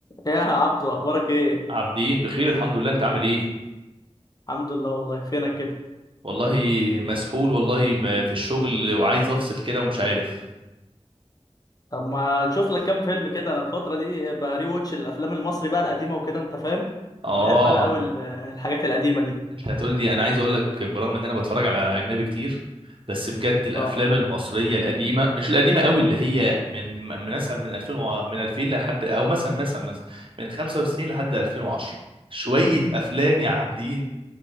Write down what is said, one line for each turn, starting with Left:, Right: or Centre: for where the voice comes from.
Left: ايه يا عبدو اخبارك ايه
Right: عابدين بخير الحمد لله انت عامل ايه
Left: الحمد لله والله فينك كده
Right: والله مسحول والله ما في الشغل وعايز افصل كده ومش عارف
Left: طب ما تشوف لك كام فيلم كده انا الفتره دي بري ووتش الافلام المصري بقى القديمه وكده انت فاهم
Right: اه
Left: بحب انا قوي الحاجات القديمه دي
Right: انت هتقول لي انا عايز اقول لك برغم ان انا بتفرج على اجنبي كتير بس بجد الافلام
Left: اه
Right: المصريه القديمه مش القديمه قوي اللي هي من من مثلا من 2000 وع- من 2000 لحد او مثلا مثلا مثلا من 95 لحد 2010 شويه افلام يا عابدين